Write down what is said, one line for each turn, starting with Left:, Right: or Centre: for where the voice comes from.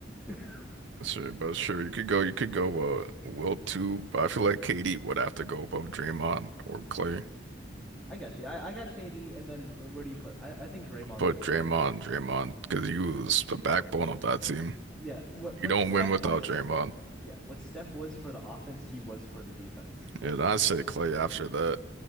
Centre: <laughs>
Right: sure, but sure, you could go, you could go uh Wilt two, but I feel like KD would have to go above Draymond or Clay.
Centre: I got you. I, I got KD, and then where, where do you put? I, I think Draymond
Right: But
Centre: then
Right: Draymond,
Centre: play.
Right: Draymond, because he was the backbone of that team.
Centre: Yeah, what what
Right: You don't
Centre: Steph
Right: win without
Centre: was.
Right: Draymond.
Centre: Yeah, what Steph was for the offense, he was for the defense.
Right: Yeah, and I'd say Clay after that.